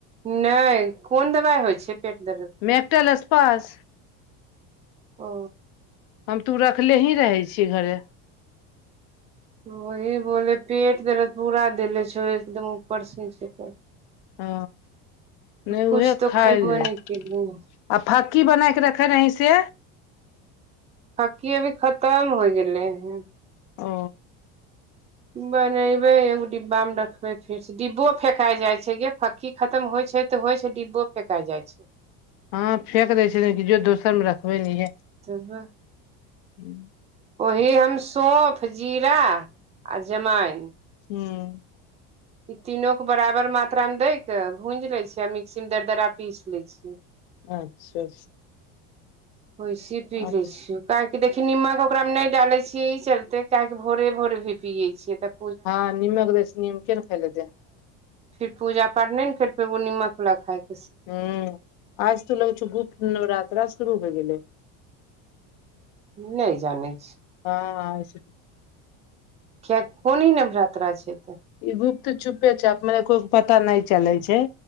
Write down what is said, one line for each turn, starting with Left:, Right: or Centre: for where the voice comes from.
Right: नै कोन दबाइ होइ छै पेट दर्द के
Left: मैपटलस पास
Right: ओ
Left: हम तू रखले ही रहै छियै घरे।
Right: वही बोले पेट दरद पूरा देले छौ एकदम ऊपर सऽ निचे तक।
Left: ओ नहि
Right: कुछ
Left: उह
Right: तो
Left: खाइए
Right: खयबो नहि केलियै
Left: आ फक्की बनाके रखे रहीं से
Right: फक्की अभी खतम हो गेले हं
Left: ओ
Right: बनेबे एगो डिब्बा मे रखबे फेरसं डिब्बो फेेकाइ जाइ छै गे फक्की खतम होइ छै ऽ होइ छै डिब्बो फेका जाइ छै
Left: हँ फेेक देै छै ने कि जो दोसर मे रखबे नेे
Right: <unintelligible>
Left: हू
Right: उहे हम सौंफ जीरा आ जमाइन
Left: हूं
Right: ई तीनोू के बराबर मात्रा में दै के भूंज लै छिअइ आ मिक्सी मे दरदरा पीस लै छियै
Left: अच्छा
Right: वैसे पी जाइ
Left: अच्छा
Right: छिअउ काहे कि देखी नीमक ओकरामे नहि डालै छियै ई चलते काहेकि भोरे भोरे भी पियै छियै त
Left: हँ नीमक दै सँ नीमके नऽ खाइ ले
Right: फिर पूजा पाठ नै ने कर पेबौ नीमक वला खाइके
Left: हूं आइ सं तऽ लगै छो गुप्त नवरात्रा शुरू हो गेलै
Right: नहि जानै छिअइ
Left: हँ आइ से ही
Right: किएकि कोन नवरात्रा छै ई तँ
Left: ई गुप्त चुपे चाप मने कोइके पता नै चलै छै